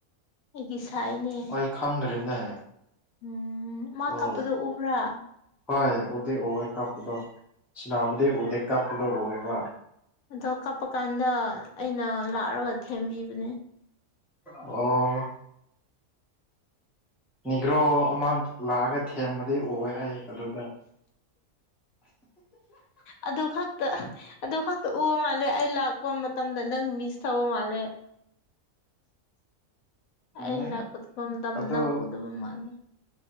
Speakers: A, on the left; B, in the centre.
A: ꯑꯩꯒꯤ ꯁꯥꯏꯅꯦ
B: ꯑꯩ ꯈꯪꯗ꯭ꯔꯦꯅꯦ
A: ꯎꯝ ꯃꯥ
B: ꯑꯣ
A: ꯀꯞꯄꯗꯣ ꯎꯕ꯭ꯔꯥ
B: ꯍꯣꯏ ꯎꯗꯤ ꯑꯨꯋꯦ ꯀꯞꯄꯗꯣ ꯁꯅꯥꯕꯗꯤ ꯎꯗꯦ ꯀꯞꯄꯗꯣ ꯑꯨꯋꯦꯕ
A: ꯑꯗꯣ ꯀꯞꯄ ꯀꯥꯟꯗ ꯑꯩꯅ ꯂꯥꯛꯑꯔꯒ ꯊꯦꯝꯕꯤꯕꯅꯦ
B: ꯑꯣ ꯅꯤꯒ꯭ꯔꯣ ꯑꯃ ꯂꯥꯛꯑꯒ ꯊꯦꯝꯕꯗꯤ ꯎꯋꯦ ꯑꯩ ꯑꯗꯨꯗ
A: ꯑꯗꯨ ꯈꯛꯇ ꯑꯗꯨ ꯈꯛꯇ ꯎꯕ ꯃꯥꯜꯂꯦ ꯑꯩ ꯂꯥꯛꯄ ꯃꯇꯝꯗ ꯅꯪ ꯃꯤꯁ ꯇꯧꯕ ꯃꯥꯜꯂꯦ
B: <inaudible>
A: ꯑ
B: ꯎꯝ
A: ꯂꯥꯛꯄ ꯊꯨꯞꯄ ꯃꯇꯝꯗ
B: ꯑꯗꯨ
A: ꯅꯪ ꯎꯗꯕ ꯃꯥꯜꯂꯦ